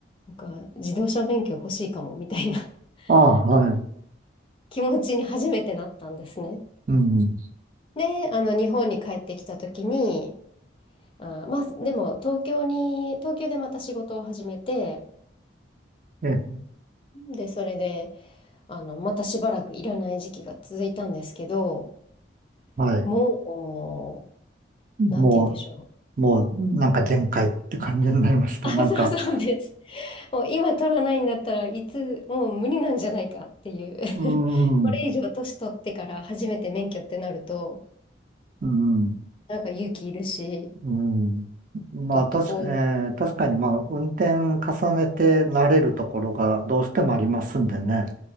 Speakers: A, on the left; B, on the right.
A: なんか、自動車免許欲しいかも、みたいな、
B: ああ、
A: <laughs>
B: はい。
A: あ気持ちに初めてなったんですね。
B: うん。
A: で、あの、日本に帰ってきた時に、あー、まあ、でも、東京に、東京でまた仕事を始めて、
B: え、
A: で、それで、あの、またしばらくいらない時期が続いたんですけど、
B: はい。
A: もう、なんて言うんでしょう。
B: もう、もう、なんか限界って感じになりました。
A: あ、
B: なんか、
A: そうそうです。もう今取らないんだったらいつ、もう無理なんじゃないかっていう。
B: うん、
A: <laughs> これ以上年取ってから初めて免許ってなると、
B: うん、
A: なんか勇気いるし、
B: うん。まあ、
A: 取っとこう。
B: 確か、えー確かに、まあ、運転重ねて慣れるところがどうしてもありますんでね。